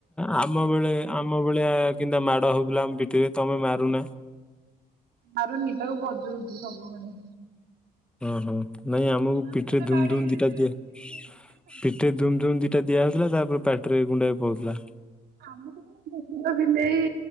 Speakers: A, in the centre; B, on the right (about 70°).
A: ଆମ ବଳେ ଆମ ଭଳିଆ କେମତିଆ ମାଡ ହଉଥିଲା ଆମ ପିଠିରେ ତମେ ମାରୁନା।
B: ମାରୁନି ଟାକୁ ବଜଉଛି ସବୁବେଳେ।
A: ଓ ହଁ ନାଇଁ ଆମକୁ
B: ଛୁଆକୁ
A: ପିଠରେ
B: ଯେତେ
A: ଧୁମ
B: ବାଡେଇଲେ
A: ଧୁମ୍
B: ବି
A: ଦିଟା
B: ସେ
A: ଦିଆ
B: ବେଶୀ ଜିଦି ହେଇଯିବେ।
A: ପିଠରେ ଧୁମ୍ ଧୁମ୍ ଦିଟା ଟା ଦିଆ ହଉଥିଲା ତାପରେ ପାଟିରେ ଗୁଣ୍ଡା ପଉଥିଲା।
B: ଆମକୁ କୁକୁର ବିଲେଇ